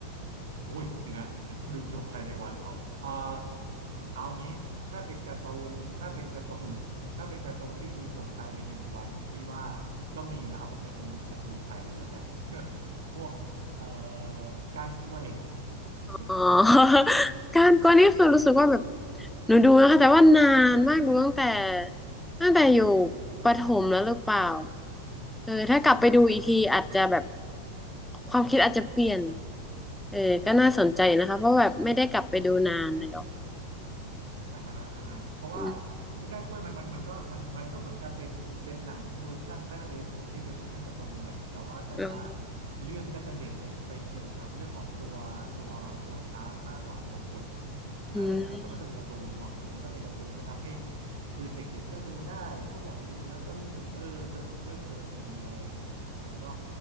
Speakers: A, on the right (about 60°); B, in the centre.
A: โอ้ยเดี๋ยวนะ <laughs> ดูจบภายในวันเหรอเออเอางี้ถ้าเป็นการ์ตูนถ้าเป็นการ์ตูน <laughs> ถ้าเป็นการ์ตูนที่ดูจบภายในหนึ่งวันพี่ว่าก็มีนะเอาเป็นการ์ตูนการ์ตูนไทยเลยแล้วกัน <laughs> พวกเอ่อก้านกล้วย
B: อ๋อ <laughs>
A: <laughs>
B: การกวนนี่คือรู้สึกว่าแบบหนูดูนะคะแต่ว่านานมากดูตั้งแต่ตั้งแต่อยู่ประถมแล้วหรือเปล่าเออถ้ากลับไปดูอีกทีอาจจะแบบความคิดอาจจะเปลี่ยนเออก็น่าสนใจนะคะเพราะแบบไม่ได้กลับไปดูนานแล้ว
A: อ่าฮะอ่าฮะเพราะว่า
B: อืม
A: คือก้านกล้วยมันมันมันก็มันมันก็เหมือนกับเป็นเป็นหนังเวอร์ชั่นพระนเรศวรที่เป็นเวอร์ชั่นการ์ตูนแหละแต่ว่าก็จะ
B: อืม
A: เรื่องก็จะเด่นไปไปเกี่ยวกับเรื่องของตัวตัวตัวช้างมากกว่าตัวคนแล้วแล้วก็มันก็มันก็เป็นการ์ตูนเนาะเออมันก็เป็นการ์ตูนมันก็ทำให้
B: อืม
A: คือเด็กๆก็ดูได้ผู้ใหญ่ดูแล้วก็รู้สึกเออสนุกเพลิดเพลินดีอะไรอย่างเงี้ยครับมันก็